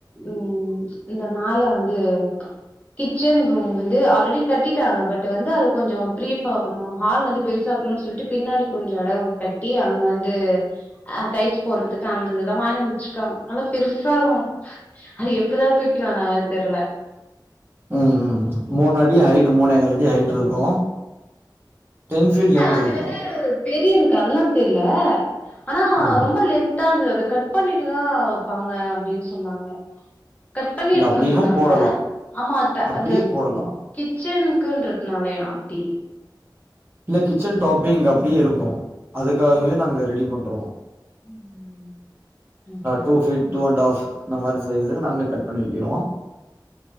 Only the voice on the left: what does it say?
உம் இந்த மால வந்து கிச்சன் ரூம் வந்து ஆல்ரெடி கட்டிட்டாங்க பட் வந்து அது கொஞ்சம் பிரீஃப் ஆக்ணும் ஹால் வந்து பெருசாக்கணுனு சொல்ட்டு பின்னாடி கொஞ்சோ இடம் கட்டி அங்க வந்து அ டயில்ஸ் போடுறதுக்கு அந்த இது தா வாங்கணும்னு வச்சிக்கோங்க நல்லா பெருசா இருக்கும் அது எப்படிதான் தூக்கி வந்தாங்ளோ தெரில
இல்ல
அது
வந்து பெரியலுக்கு அதுலா தெரில ஆனா
ரொம்ப லெந் தாது அத கட் பண்ணிட்டுதான் வப்பாங்க அப்டின்னு சொன்னாங்க கட் பண்ணி
எத்துனு
வந்துருக்காங்க
ஆமா அத்த
அந்த
கிச்சனுக்குன்றதுனாலோ அப்டி
ஆ
ம் okay
okay